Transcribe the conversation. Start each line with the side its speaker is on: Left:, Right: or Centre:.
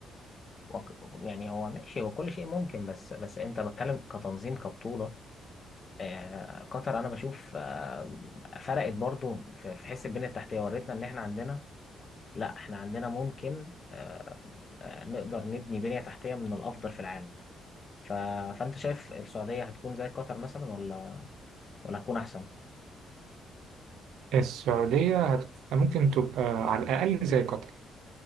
Left: وك- يعني هو ماشي هو كل شيء ممكن بس بس انت بتكلم كتنظيم كبطوله آه، قطر انا بشوف آه، فرقت برضو في في حس البنيه التحتيه وريتنا ان احنا عندنا لا احنا عندنا ممكن آه، آه، نقدر نبني بنيه تحتيه من الافضل في العالم ف... فانت شايف السعوديه هتكون زي قطر مثلا ولا ولا هتكون احسن
Right: السعوديه هت... ممكن تبقى على الاقل زي قطر